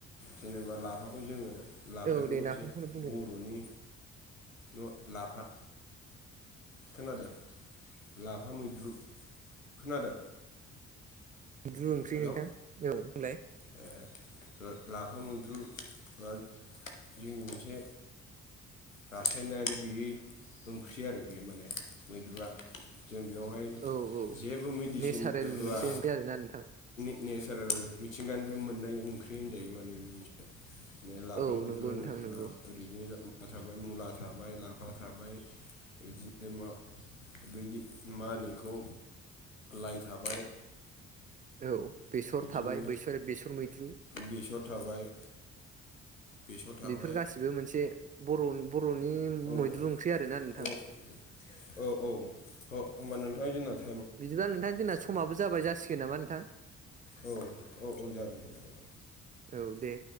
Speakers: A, on the left (about 85°); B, on the right (about 25°).
A: जेनेबा लाफाखौ जोङो लाफायाथ'
B: औ दे
A: मोनसे
B: नाफामखौनो बुंदो
A: बर'नि
B: नोंथां
A: न' लाफा खोनादों लाफा मैद्रु खोनादों।
B: <unintelligible> ओंख्रि
A: हेलौ
B: नोंथां औ <unintelligible>
A: ए लाफा मैद्रु बा जोंनि मोनसे रासायनारि गैयै ओंख्रि आरो बेयो माने मैद्रुआ जों बेयावहाय
B: औ औ
A: जेबो मेडिसिन
B: नेचारेल
A: होआ
B: मोनसे ओंख्रि आरोना नोंथां
A: नेचारेल मिथिंगानिफ्राय मोननाय ओंख्रि होनजायो माने बे बे लाफा
B: औ
A: मैद्रु
B: नंगौ
A: होनोबा
B: नोंथां नंगौ
A: ओरैनो <unintelligible> थाबाय मुला थाबाय लाफा थाबाय बिदिनो मा बैदि मा होनो इखौ लाइ थाबाय।
B: औ बेसर
A: बिदिनो
B: थाबाय बेसर बेसर मैद्रु।
A: बेसर थाबाय। बेसर थाबाय
B: बेफोर गासिबो मोनसे बर' बर'नि
A: औ
B: मैद्रु ओंख्रि आरोना नोंथां।
A: औ औ औ होमबा नोंथाङा <unintelligible>
B: बिदिब्ला नोंथां जोंना समाबो जाबाय जासिगोन नामा नोंथां।
A: औ औ औ जागोन दे जागोन दे।
B: औ दे।